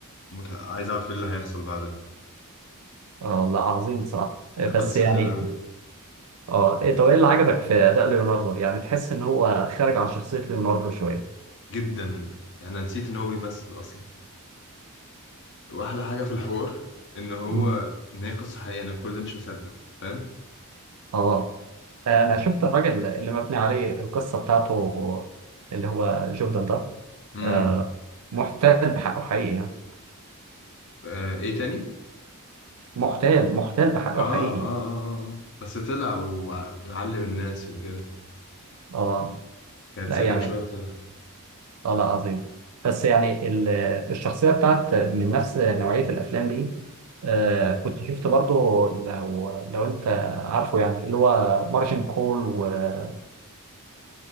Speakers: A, on the left; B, on the right.
A: ومت... عايز اعرف ايه اللي هيحصل بعدها
B: آه لا عظيم بصراحه آه، بس
A: قصة
B: يعني
A: حلوة قوي
B: اه إيه- طب ايه اللي عجبك في اداء ليوناردو يعني تحس ان هو خارج عن شخصيه ليوناردو شويه
A: جدا انا نسيت ان هو بيمثل اصلا واحلى حاجة في الحوار ان هو
B: مم.
A: ان هي قصة حقيقية انا كل ده مش مصدق فاهم
B: اه انا شفت الراجل اللي مبني عليه القصه بتاعته اللي هو جوردن ده
A: امم
B: آه محتال بحقه حقيقي يعني
A: آه ايه تاني
B: محتال محتال بحقه
A: آه آه,
B: حقيقي
A: اه اه اه بس طلع وع- وعلم الناس وكده
B: اه
A: كان اتسجن
B: لا يعني
A: شوية وطلع
B: اه لا عظيم بس يعني ال- الشخصية بتاعت من نفس نوعية الأفلام دي آه
A: امم
B: كنت شفت برضو لو لو أنت عارفه يعني اللي هو مارجن كول وعارفه